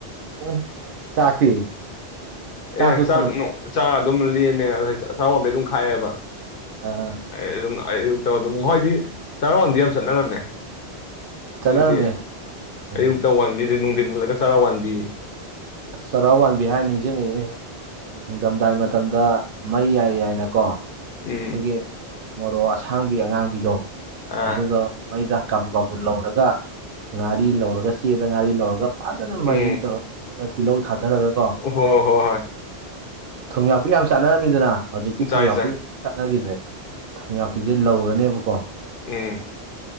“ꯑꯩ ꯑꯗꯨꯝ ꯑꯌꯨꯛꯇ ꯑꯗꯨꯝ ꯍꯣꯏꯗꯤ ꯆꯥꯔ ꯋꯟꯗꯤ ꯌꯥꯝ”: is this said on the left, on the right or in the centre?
Left